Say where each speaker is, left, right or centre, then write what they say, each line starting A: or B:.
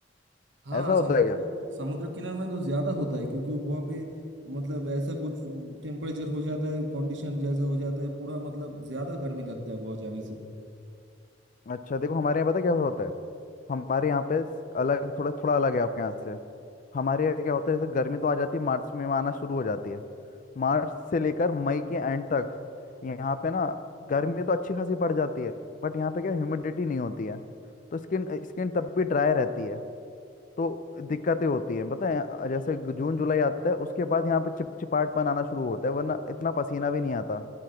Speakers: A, on the right; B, on the left.
A: हाँ
B: ऐसा होता
A: समुद्र
B: है क्या
A: समुद्र किनारे में तो ज्यादा होता है क्योंकि वहाँ पे मतलब ऐसा कुछ टेम्परेचर हो जाता है कंडीशन जैसा हो जाता है पूरा मतलब ज्यादा गर्मी लगता है वहाँ जाने से
B: अच्छा देखो हमारे यहाँ पता है क्या होता है हमारे यहाँ पे अलग थोड़ा थोड़ा अलग है आपके यहाँ से हमारे यहाँ क्या होता है जैसे गर्मी तो आ जाती है मार्च में आना शुरू हो जाती है मार्च से लेकर मई के एंड तक यहाँ पे ना गर्मी तो अच्छी खासी पड़ जाती है बट यहाँ पे क्या ह्यूमिडिटी नहीं होती है तो स्किन स्किन तब भी ड्राई रहती है तो दिक्कतें होती हैं पता है जैसे ग- जून जुलाई आता है उसके बाद यहाँ पे चिपचिपाहट पन आना शुरू होता है वरना इतना पसीना भी नहीं आता